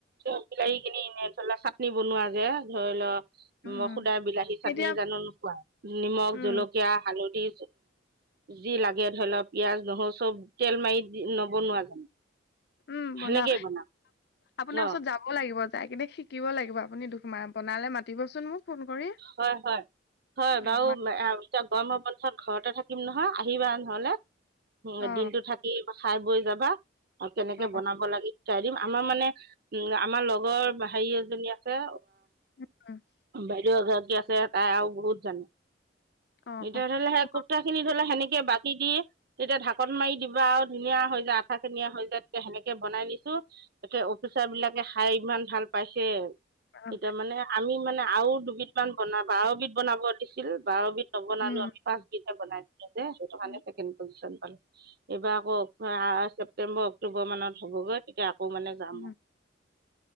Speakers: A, on the right; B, on the left.
A: বিলাহী কিনি ধৰি লওক চাটনি বনোৱা যে ধৰি লওক
B: উম
A: সুদাৰ বিলাহী চাটনি
B: তেতিয়া
A: জানো নোখোৱা নিমখ
B: উম
A: জলক তেতিয়া হালধি যি লাগে ধৰি লওক পিয়াজ নহৰু চব তেল মাৰি নবনোৱা জানো
B: উম
A: সেনেকেই
B: বনাও
A: বনাম
B: আপোনাৰ
A: অঁ
B: ওচৰত যাম লাগিব যাই কিনে শিকিব লাগিব আপুনি দুখ ম বনালে মাতিবচোন মোক ফোন কৰি
A: হয় হয় হয়
B: অ
A: বাৰু
B: মা
A: এতিয়া গৰমৰ বন্ধত ঘৰতে থাকে থাকিম নহয় আহিবা নহলে
B: অ
A: দিনতটো থাকি খাই বৈ যাবা কেনেকে
B: অ
A: বনাব লাগে চাই দিম আমাৰ মানে উম আমাৰ লগৰ হেৰি এজনী আছে
B: <inaudible>
A: বাইদেউ আগৰ কি আছে তাই আৰু বহুত জানে
B: অ
A: এতিয়া
B: অ
A: ধৰি ললে সেই
B: বনাম।
A: কুক্তা খিনি ধৰি লও সেনেকে বাকি দি তেতিয়া ঢাকন মাৰি দিবা আৰু ধুনীয়া হৈ যায় আঠাখিনিয়া হৈ যায় তেতিয়া সেনেকে বনাই নিছো অফিচাৰ বিলাকে খাই ইমান ভাল পাইছে এতিয়া
B: অ
A: মানে আমি মানে আৰু দুবিধ মান বনা বাৰবিধ বনাব দিছিল বাৰবিধ বনালো
B: উম
A: ফাৰ্ষ বনাই দিলো যে সেইটো
B: উম
A: কাৰণে পালো এইবাৰ আকৌ ছেপটেম্বৰ অক্টোবৰ মানত হ'বগৈ তেতিয়া আকৌ মানে যাম
B: উম,
A: আৰু